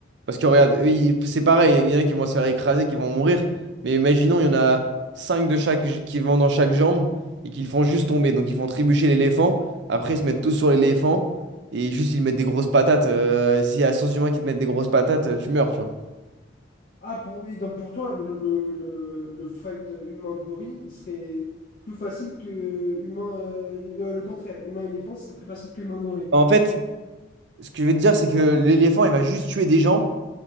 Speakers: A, on the right (about 55°); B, on the left (about 45°).
A: Parce que regarde, eux, ils- c'est pareil, il y en a qui vont se faire écraser, qui vont mourir. Mais imaginons, il y en a 5 de chaque qui vont dans chaque jambe et qu'ils font juste tomber. Donc ils font trébucher l'éléphant. Après, ils se mettent tous sur l'éléphant et juste ils mettent des grosses patates. Euh, s'il y a 100 humains qui te mettent des grosses patates, euh, tu meurs, tu vois.
B: Ah, pour, oui, donc pour toi, le, le, le, le fight humain-gorille, il serait plus facile que humain. euh, euh, le contraire, humain-éléphant, ce serait plus facile que humain-gorille.
A: En fait, ce que je veux te dire, c'est que l'éléphant, il va juste tuer des gens.